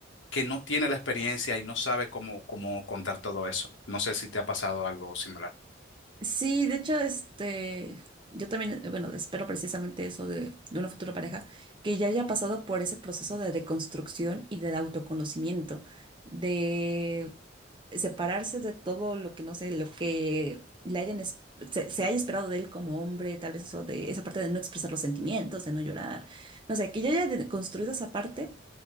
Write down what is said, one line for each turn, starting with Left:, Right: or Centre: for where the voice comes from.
Left: que no tiene la experiencia y no sabe cómo, cómo contar todo eso. No sé si te ha pasado algo similar.
Right: Sí, de hecho, este, yo también, eh, bueno, espero precisamente eso de, de una futura pareja, que ya haya pasado por ese proceso de deconstrucción y de autoconocimiento, de separarse de todo lo que, no sé, lo que le hayan, es- se, se haya esperado de él como hombre, tal vez eso de esa parte de no expresar los sentimientos, de no llorar, no sé, que ya haya deconstruido esa parte